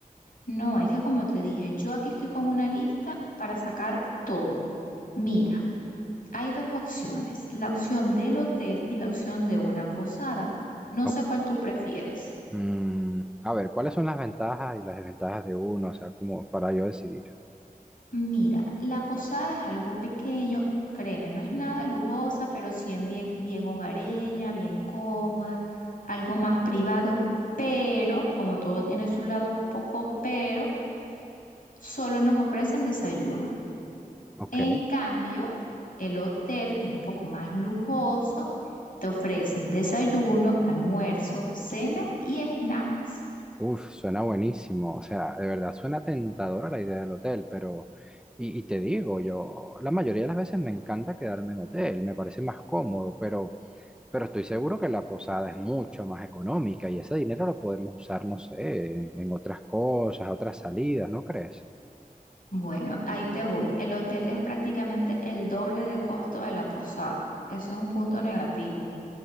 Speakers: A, on the left; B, in the centre.
A: No, es que como te dije, yo aquí estoy con una lista para sacar todo. Mira, hay dos opciones, la opción del hotel y la opción de una posada. No
B: O-
A: sé cuál tú prefieres.
B: mm, a ver, ¿cuáles son las ventajas y las desventajas de uno? O sea, como para yo decidir.
A: Mira, la posada es algo pequeño, créeme, no es nada lujosa, pero sí en bien, bien hogareña, bien cómoda, algo más privado, pero como todo tiene su lado poco pero, solo nos ofrecen desayuno.
B: Ok,
A: En cambio, el hotel es un poco más lujoso, te ofrecen desayuno, almuerzo, cena y snacks.
B: uf, suena buenísimo. O sea, de verdad, suena tentadora la idea del hotel, pero... Y, y te digo, yo, la mayoría de las veces me encanta quedarme en hotel, me parece más cómodo, pero, pero estoy seguro que la posada es mucho más económica y ese dinero lo podemos usar, no sé, en otras cosas, otras salidas, ¿no crees?
A: Bueno, ahí te voy. El hotel es prácticamente el doble de costo de la posada. Eso es un punto negativo.